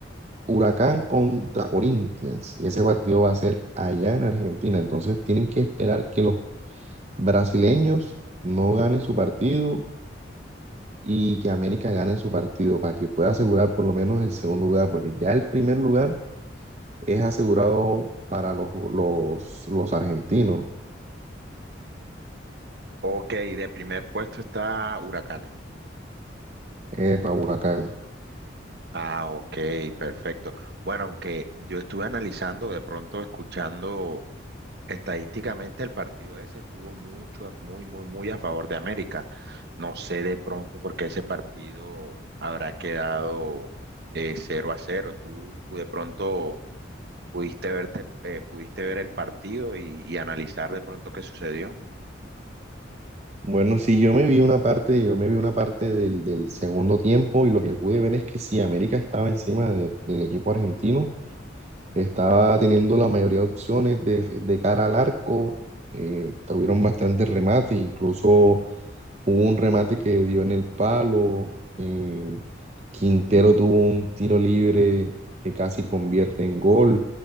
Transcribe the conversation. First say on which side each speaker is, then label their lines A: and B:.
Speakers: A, on the right; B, on the right.
A: Huracán contra Corinthians y ese partido va a ser allá en Argentina. Entonces tienen que esperar que los brasileños no ganen su partido y que América gane su partido para que pueda asegurar por lo menos el segundo lugar, porque ya el primer lugar es asegurado para los, los, los argentinos,
B: Ok, de primer puesto está Huracanes.
A: eh, para Huracán.
B: Ah, ok, perfecto. Bueno, aunque yo estuve analizando, de pronto escuchando estadísticamente el partido ese estuvo mucho, muy, muy, muy a favor de América. No sé de pronto por qué ese partido habrá quedado eh, 0 a cero. Tú de pronto pudiste verte, el- eh, pudiste ver el partido y, y analizar de pronto qué sucedió.
A: Bueno, sí, yo me vi una parte, yo me vi una parte del, del segundo tiempo y lo que pude ver es que sí, América estaba encima de- del equipo argentino Estaba teniendo la mayoría de opciones de, de cara al arco. eh, tuvieron bastantes remates, incluso hubo un remate que dio en el palo. eh, Quintero tuvo un tiro libre que casi convierte en gol.